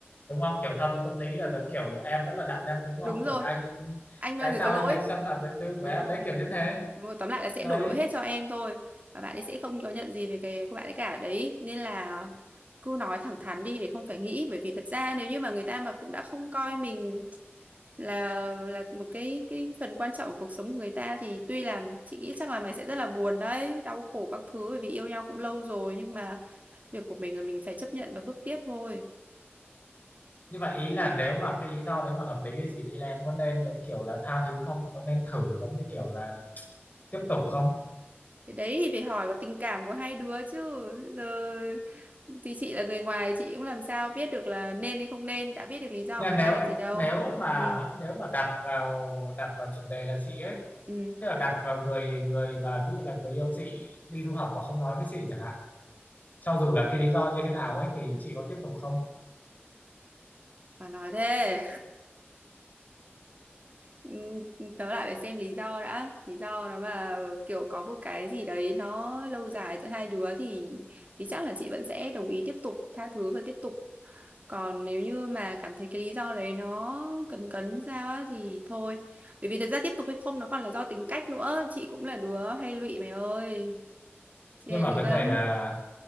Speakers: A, on the left; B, on the right.
A: Đúng không? Kiểu thao túng tâm lý là giống kiểu em vẫn là nạn nhân đúng không?
B: đúng rồi
A: Kiểu anh
B: anh là
A: tại
B: người
A: sao
B: có lỗi
A: anh lại xâm phạm đời tư của
B: đúng
A: em
B: rồi
A: đấy kiểu như thế
B: đúng rồi tóm lại là sẽ
A: đấy
B: đổ lỗi hết cho em thôi và bạn ấy sẽ không có nhận gì về cái của bạn ấy cả đấy nên là cứ nói thẳng thắn đi để không phải nghĩ bởi vì thật ra nếu như mà người ta mà cũng đã không coi mình là là một cái cái phần quan trọng của cuộc sống của người ta thì tuy là chị nghĩ chắc là mày sẽ rất là buồn đấy đau khổ các thứ bởi vì yêu nhau cũng lâu rồi nhưng mà việc của mình là mình phải chấp nhận và bước tiếp thôi
A: nhưng mà ý là nếu mà cái lý do đấy mà hợp lý thì chị nghĩ là em có nên giống kiểu là tha thứ không có nên thử giống như kiểu là tiếp tục không
B: cái đấy thì phải hỏi vào tình cảm của hai đứa chứ giờ thì chị là người ngoài chị cũng làm sao biết được là nên hay không nên đã biết được lý do
A: nhưng
B: của
A: mà
B: người ta
A: nếu
B: là gì đâu
A: nếu mà
B: ừ
A: nếu mà đặt vào đặt vào chủ đề là chị ấy
B: ừ
A: tức là đặt vào người người mà ví dụ là người yêu chị đi du học và không nói với chị chẳng hạn cho dù là cái lý do như thế nào ấy thì chị có tiếp tục không
B: mà nói thế Ừm, tớ lại phải xem lý do đã lý do nó mà kiểu có một cái gì đấy nó lâu dài giữa hai đứa thì thì chắc là chị vẫn sẽ đồng ý tiếp tục tha thứ và tiếp tục còn nếu như mà cảm thấy cái lý do đấy nó cấn cấn sao á thì thôi bởi vì thật ra tiếp tục hay không nó còn là do tính cách nữa chị cũng là đứa hay lụy mày ơi chị
A: nhưng
B: hay
A: mà
B: lụy
A: vấn
B: lắm
A: đề là